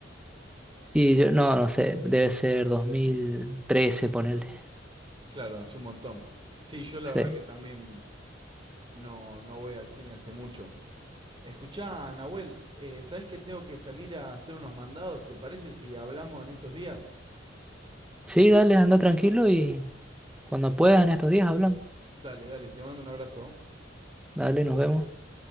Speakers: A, in the centre; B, on the right.
A: Y yo, no, no sé, debe ser 2013 ponele.
B: Claro, hace un montón. Sí, yo la
A: Sí.
B: verdad que también no, no voy al cine hace mucho. Escuchá, Nahuel, eh, ¿sabés que tengo que salir a hacer unos mandados? ¿Te parece si hablamos en estos días?
A: Sí, dale, anda tranquilo y cuando puedas en estos días hablamos.
B: Dale, dale, te mando un abrazo.
A: Dale, nos vemos.